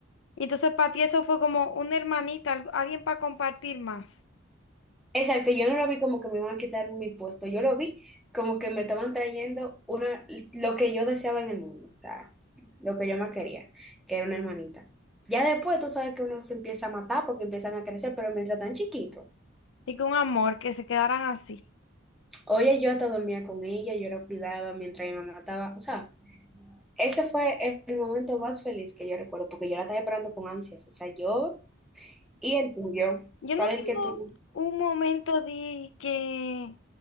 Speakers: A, on the left; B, in the centre.
A: Y entonces para ti eso fue como una hermanita, al- alguien para compartir más.
B: Exacto, yo no lo vi como que me iban a quitar mi puesto, yo lo vi como que me estaban trayendo una, lo que yo deseaba en el mundo, o sea, lo que yo más quería, que era una hermanita. Ya después tú sabes que uno se empieza a matar porque empiezan a crecer, pero mientras tan chiquito,
A: Y que un amor, que se quedaran así.
B: oye, yo hasta dormía con ella, yo la cuidaba mientras mi mamá estaba, o sea, ese fue el el momento más feliz que yo recuerdo, porque yo la estaba esperando con ansias, o sea, yo y el tuyo,
A: Yo
B: ¿cuál
A: no tengo
B: es el que tú?
A: un momento de que